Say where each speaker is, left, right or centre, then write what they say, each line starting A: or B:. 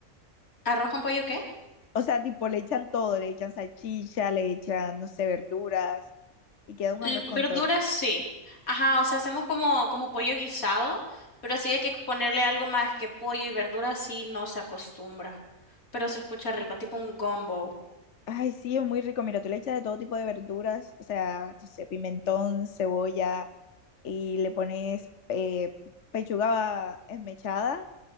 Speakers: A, on the left; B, on the left.
A: ¿Arroz con pollo qué?
B: O sea, tipo le echan todo, le echan salchicha, le echan, no sé, verduras y queda un
A: L-
B: arroz
A: Verduras
B: con todo.
A: sí. Ajá, o sea, hacemos como, como pollo guisado, pero así hay que ponerle algo más que pollo y verduras sí no se acostumbra. Pero se escucha rico, tipo un gumbo.
B: Ay, sí, es muy rico. Mira, tú le echas de todo tipo de verduras, o sea, no sé, pimentón, cebolla y le pones eh, pechuga esmechada